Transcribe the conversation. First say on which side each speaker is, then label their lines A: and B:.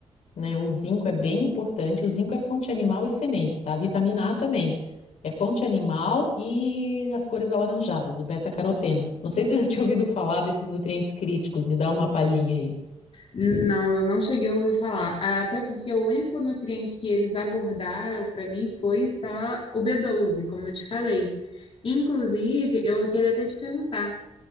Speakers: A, on the left (about 75°); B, on the left (about 50°).
A: né? O zinco é bem importante. O zinco é fonte animal e sementes, tá? A vitamina A também. É fonte animal e as cores alaranjadas, o beta-caroteno. Não sei se você já tinha ouvido falar desses nutrientes críticos, me dá uma palhinha aí.
B: Não, eu não cheguei a ouvir falar. Até porque o único nutriente que eles abordaram para mim foi só o B12, como eu te falei. Inclusive, eu queria até te perguntar.